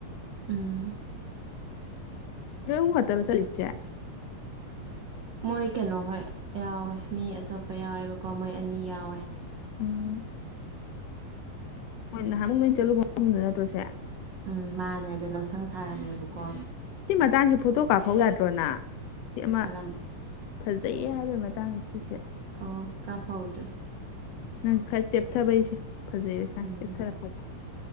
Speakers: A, on the right; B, on the left.
A: ꯎꯝ
B: ꯌꯨ ꯇꯔ ꯆꯂꯤꯁꯦ
A: ꯃꯣꯏ ꯀꯩꯅꯣ ꯍꯣꯏ ꯌꯥꯎꯋꯦ ꯃꯤ ꯑꯇꯣꯞꯄ ꯌꯥꯎꯋꯦꯕꯀꯣ ꯃꯣꯏ ꯑꯅꯤ ꯌꯥꯎꯋꯦ
B: ꯎꯝ ꯃꯣꯏ ꯅꯍꯥꯟꯨꯛ ꯅꯣꯏ ꯆꯠꯂꯨꯕ ꯃꯐꯝꯗꯨ ꯅꯠꯇ꯭ꯔꯁꯦ
A: ꯎꯝ ꯃꯥꯅꯦ ꯑꯗꯣ ꯂꯧꯁꯪ ꯁꯥꯔꯝꯃꯦꯕꯀꯣ
B: ꯁꯤ ꯃꯇꯥꯡꯁꯤ ꯐꯣꯇꯣ ꯀꯥꯞꯐꯧ ꯌꯥꯗ꯭ꯔꯣꯅ ꯁꯤ ꯑꯃ
A: ꯀꯔꯝ
B: ꯐꯖꯩꯌꯦ ꯍꯥꯏꯕ ꯗꯥꯡꯁꯤꯁꯨꯦ
A: ꯑꯣ ꯀꯥ ꯐꯥꯎꯗ꯭ꯔꯦ
B: ꯅꯪ ꯈꯔ ꯆꯦꯞꯊꯕꯩꯁꯦ ꯐꯖꯩ ꯏꯁꯁꯥ
A: ꯎꯝ
B: ꯆꯦꯞꯊꯔꯛꯄꯗ